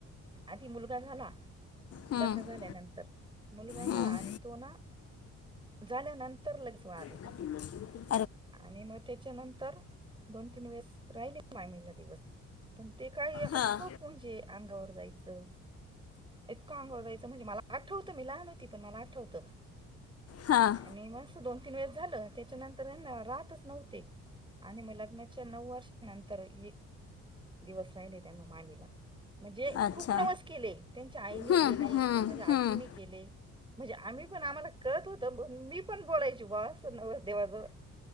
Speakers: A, on the right; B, on the left.
A: आधी मुलगा झाला.
B: हम्म
A: लग्न झाल्यानंतर, मुलगा झाला
B: हम्म
A: आणि तो ना, झाल्यानंत र लगेच वारला.
B: <inaudible>
A: आणि मग त्याच्यानंतर, दोन तीन वेळेस. राहिले मामीला दिवस, पण ते काय आपोआप
B: हां
A: म्हणजे अंगावर जायचं. इतकं अंगावर जायचं म्हणजे मला आठवतं मी लहान होती पण मला आठवतं
B: हां
A: मी मस् दोन तीन वेळे झाल त्याच्यानंतर राहतच नव्हते आणि मग लग्नाच्या नऊ वर्षानंतर ऐ दिवस राहिले त्यांना मामीला म्हणजे
B: अच्छा
A: खूप नवस केले त्यांच्या आईने
B: हम्म
A: केले
B: हम्म
A: माझ्या आजीने
B: हम्म
A: केले म्हणजे आम्ही पण आम्हाला कळत होत मी पण बोलायच बा अस नवर देवाजवळ